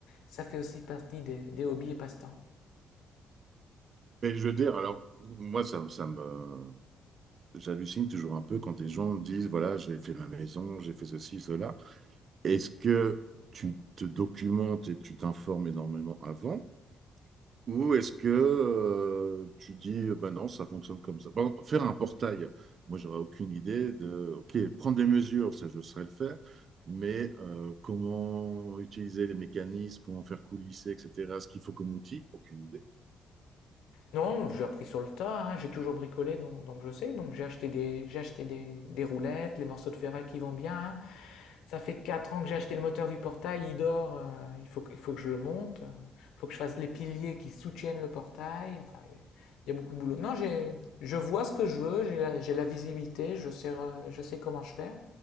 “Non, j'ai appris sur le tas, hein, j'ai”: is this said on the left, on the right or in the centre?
Left